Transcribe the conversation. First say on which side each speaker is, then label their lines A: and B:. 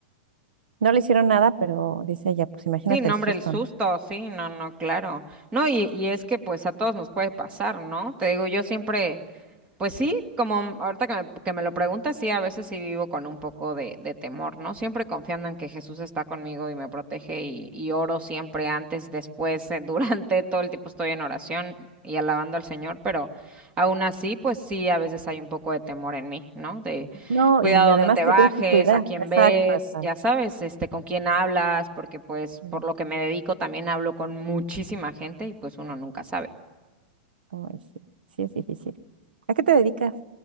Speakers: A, on the right; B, on the right.
A: No le hicieron nada, pero dice ella, pues imagínate
B: Sí, no,
A: el
B: hombre,
A: susto,
B: el susto,
A: ¿no?
B: sí, no, no, claro. No, y, y es que pues a todos nos puede pasar, ¿no? Te digo, yo siempre... Pues sí, como m- ahorita que me, que me lo preguntas, sí, a veces sí vivo con un poco de, de temor, ¿no? Siempre confiando en que Jesús está conmigo y me protege y, y oro siempre antes, después, <laughs> eh, durante todo el tiempo estoy en oración y alabando al Señor, pero aún así, pues sí, a veces hay un poco de temor en mí, ¿no? De
A: No,
B: cuidado
A: y además
B: donde te
A: te
B: bajes,
A: tienes que cuidar.
B: a quién
A: Exacto,
B: ves,
A: exacto.
B: ya sabes, este, con quién hablas, porque pues
A: Sí,
B: por lo que me dedico también hablo con muchísima gente y pues uno nunca sabe.
A: como es, sí, sí es difícil. ¿A qué te dedicas?